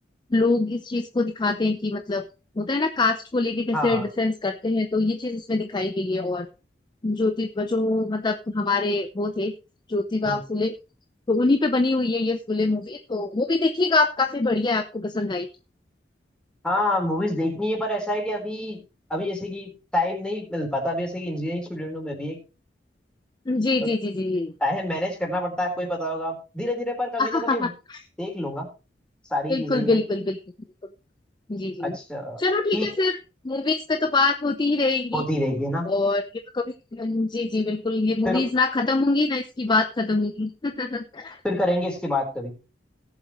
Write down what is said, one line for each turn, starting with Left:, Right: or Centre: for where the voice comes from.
Left: लोग इस चीज को दिखाते हैं कि मतलब होता है ना कास्ट को लेके कैसे
Centre: हाँ हाँ
Left: डिफेंस करते हैं तो ये चीज इसमें दिखाई गई है और ज्योति जो मतलब हमारे वो थे ज्योतिबा
Centre: हम्म।
Left: फुले तो उन्हीं पे बनी हुई है ये फुले मूवी तो वो भी देखिएगा आप काफी बढ़िया है आपको पसंद आई
Centre: हाँ मूवीज देखनी है पर ऐसा है कि अभी अभी जैसे कि टाइम नहीं मिल पाता अभी जैसे कि इंजीनियरिंग स्टूडेंट हूँ मैं भी एक
Left: जी
Centre: तो
Left: जी जी जी जी
Centre: टाइम मैनेज करना पड़ता है आपको ही पता होगा आप धीरे धीरे पर कभी
Left: <laughs>
Centre: ना कभी हो- देख लूंगा सारी
Left: बिल्कुल
Centre: चीजें ये
Left: बिल्कुल बिल्कुल बिल्कुल जी जी
Centre: अच्छा
Left: चलो ठीक
Centre: ठीक
Left: है फिर मूवीज पे तो बात होती ही रहेगी
Centre: होती रहेगी है ना
Left: और ये तो कभी जी जी बिल्कुल ये मूवीज
Centre: फिर
Left: ना खत्म होंगी ना इसकी बात खत्म होगी <laughs>
Centre: फिर करेंगे इसके बाद कभी